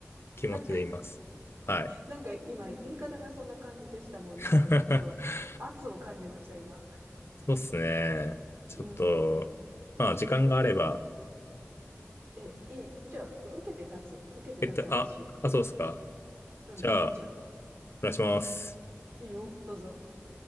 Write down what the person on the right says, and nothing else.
なんか、
<laughs> なんか今言い方がそんな感じでしたもん。
なんかちょっと圧を感じました、今。
うん。
え、え、いい。じゃあ、受けて立つ。受けて立つ、
私。
うん、
もちろ
ん。いいよ、どうぞ。